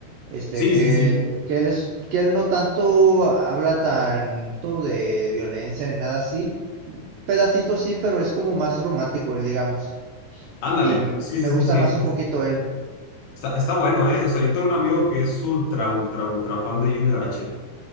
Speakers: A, on the right (about 80°); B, on the left (about 75°).
A: este,
B: Sí,
A: que,
B: sí, sí.
A: que él es, que él no tanto habla tanto de violencia ni nada así. Pedacitos sí, pero es como más romántico él, digamos.
B: Ándale.
A: Y me,
B: Sí,
A: me
B: sí,
A: gusta
B: sí, sí.
A: más un poquito
B: sí.
A: él.
B: Está, está bueno, ¿eh? O sea, yo tengo un amigo que es ultra, ultra, ultra fan de Junior H.